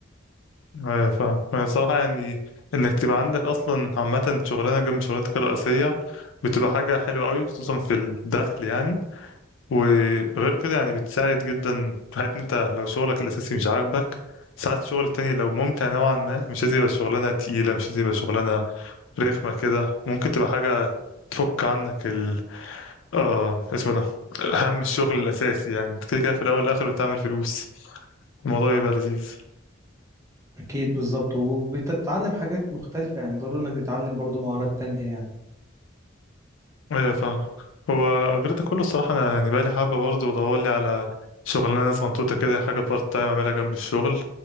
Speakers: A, on the left; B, on the right.
A: آه، فاهم يعني الصراحة يعني إنك تبقى عندك أصلا عامة شغلانة جنب شغلانتك الرئيسية بتبقى حاجة حلوة أوي خصوصا في الدخل يعني وغير كده يعني بتساعد جدا في حياتك أنت لو شغلك الأساسي مش عاجبك ساعات الشغل التاني لو ممتع نوعا ما مش لازم يبقى شغلانة تقيلة مش لازم يبقى شغلانة رخمة كده ممكن تبقى حاجة تفك عنك ال آه اسمه ده هم الشغل الأساسي يعني أنت كده كده في الأول والآخر بتعمل فلوس الموضوع يبقى لذيذ
B: أكيد بالظبط وبتتعلم حاجات مختلفة يعني ضروري إنك تتعلم برضو مهارات تانية يعني
A: ايوه فاهم هو غير ده كله الصراحه انا يعني بقالي حابه برضه بدور لي على شغلانه صنطوطه كده حاجه بارت تايم اعملها جنب الشغل